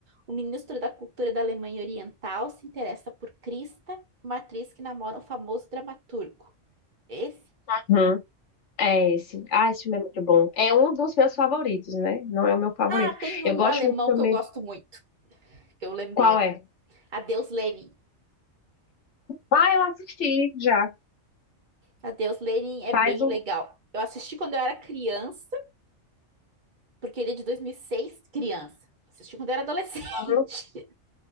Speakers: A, on the right (about 40°); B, on the left (about 65°).
A: o ministro da Cultura da Alemanha Oriental se interessa por Krista, uma atriz que namora um famoso dramaturgo. Esse?
B: Uhum. É esse. Ah, esse filme é muito bom. É um dos meus favoritos, né? Não é o meu favorito.
A: Ah, tem um
B: Eu gosto
A: alemão
B: muito também.
A: que eu gosto muito, que eu lembrei
B: Qual
A: agora.
B: é?
A: Adeus, Lenin.
B: Ah, eu assisti já.
A: Adeus, Lenin é
B: Faz
A: bem
B: um.
A: legal. Eu assisti quando eu era criança, porque ele é de 2006 criança. Assisti quando eu era adolescente.
B: ano.
A: <laughs>